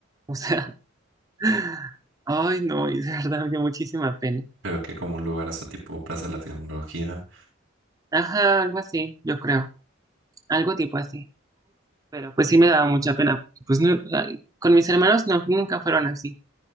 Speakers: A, on the right; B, on the right.
A: o sea, <laughs> ay no, y de verdad me dio muchísima pena.
B: pero que como un lugar, o sea, tipo Plaza de la Tecnología,
A: Ajá, algo así, yo creo, algo tipo así, pero pues sí me daba mucha pena, porque, pues no, ay, con mis hermanos no, nunca fueron así,